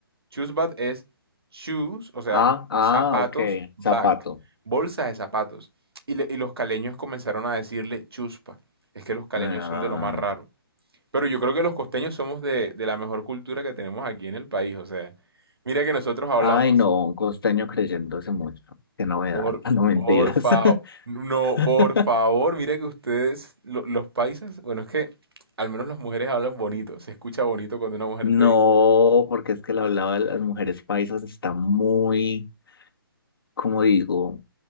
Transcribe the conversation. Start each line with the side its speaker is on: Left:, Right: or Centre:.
Right: chusbat es shoes, o sea,
Left: Ah, ah,
Right: zapatos,
Left: ok,
Right: bat,
Left: zapato.
Right: bolsa de zapatos. Y, le- y los caleños comenzaron a decirle chuspa. Es que los caleños
Left: Ah,
Right: son de lo más raro. Pero yo creo que los costeños somos de, de la mejor cultura que tenemos aquí en el país. O sea, mira que nosotros hablamos,
Left: ay, no, un costeño creyéndose mucho. Qué novedad,
Right: por,
Left: <laughs> no mentiras.
Right: por favor, no,
Left: <laughs>
Right: por favor, mira que ustedes, lo- los paisas, bueno, es que al menos las mujeres hablan bonito, se escucha bonito cuando una mujer
Left: No,
Right: te dice,
Left: porque es que la hablaba de las mujeres paisas está muy, como digo,